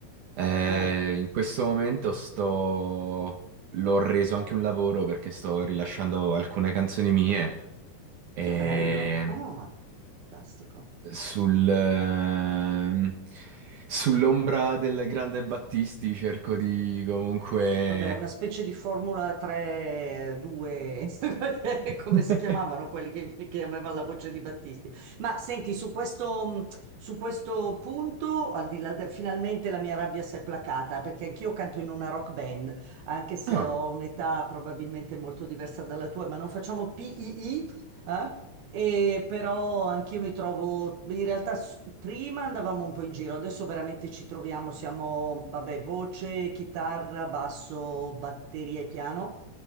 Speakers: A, on the right; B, on the right.
A: Eh,
B: Eh,
A: in questo momento sto... L'ho reso anche un lavoro perché sto rilasciando alcune canzoni mie. E
B: che bello. Ah, fantastico.
A: Sul, ehm, sull'ombra del grande Battisti cerco di comunque...
B: Vabbè, una specie di Formula 3, 2, <laughs>
A: <laughs>
B: come si chiamavano quelli che, che aveva la voce di Battisti. Ma senti, su questo, mh, su questo punto, al di là de- finalmente la mia rabbia si è placata, perché anch'io canto in una rock band, anche se
A: Ah,
B: ho un'età probabilmente molto diversa dalla tua, ma non facciamo PII, eh? E però anch'io mi trovo, in realtà s- prima andavamo un po' in giro, adesso veramente ci troviamo, siamo, vabbè, voce, chitarra, basso, batteria e piano.